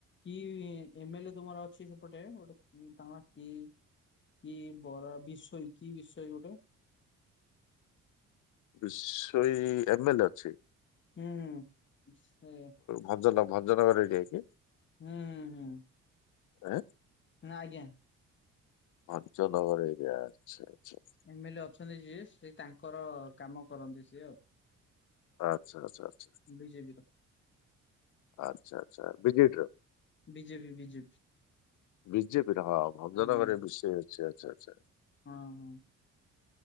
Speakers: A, on the left; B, on the left.
A: କି ଏମେଲେ ତୁମର ଅଛି ସେପଟେ ଗୋଟେ <unintelligible> ତାଙ୍କ କି କି <unintelligible> ବିଶୋଇ କି ବିଶୋଇ ଗୋଟେ?
B: ବିଶୋଇ ଏମେଲେ ଅଛି?
A: ହୁଁ ହୁଁ ସେ
B: ଭଞ୍ଜନ ଭଞ୍ଜନଗର ରେଡି ହେଇକି।
A: ହୁଁ ହୁଁ ହୁଁ।
B: ଆଁ।
A: ନା ଆଜ୍ଞା।
B: ଭଞ୍ଜନଗର ଏରିଆ ଆଚ୍ଛା ଆଚ୍ଛା।
A: ଏମେଲେ ଅଛନ୍ତି ଯିଏ ସେ ତାଙ୍କର କାମ କରନ୍ତି ସିଏ ଆଉ।
B: ଆଚ୍ଛା ଆଚ୍ଛା ଆଚ୍ଛା।
A: ବିଜେବିର।
B: ଆଚ୍ଛା ଆଚ୍ଛା ବିଜେଡ଼ିର?
A: ବିଜେପି ବିଜେପି
B: ବିଜେପିର ହଁ ଭଞ୍ଜନଗରରେ
A: ଆଜ୍ଞା ଆଜ୍ଞା
B: ବିଶୋଇ ଅଛି ଆଛା ଆଛା।
A: ହଁ ହଁ।